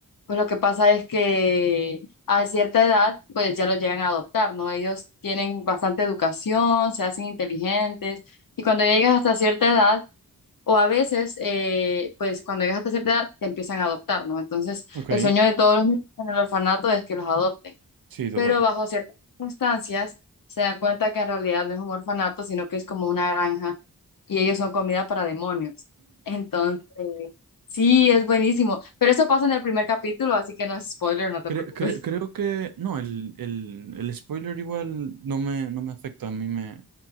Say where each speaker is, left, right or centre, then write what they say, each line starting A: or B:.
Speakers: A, on the left; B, on the right.
A: Pues lo que pasa es que a cierta edad, pues ya los llegan a adoptar, ¿no? Ellos tienen bastante educación, se hacen inteligentes, y cuando llegas hasta cierta edad, o a veces, eh, pues cuando llegas hasta cierta edad, te empiezan a adoptar, ¿no? Entonces...
B: Ok.
A: El sueño de todos los niños en el orfanato es que los adopten
B: Sí, total.
A: pero bajo ciertas circunstancias se dan cuenta que en realidad no es un orfanato, sino que es como una granja y ellos son comida para demonios. Entonces, sí, es buenísimo. Pero eso pasa en el primer capítulo, así que no es spoiler, no te
B: Cre-
A: preocupes.
B: cre- creo
A: <laughs>
B: que... No, el, el, el spoiler igual no me, no me afecta. A mí me,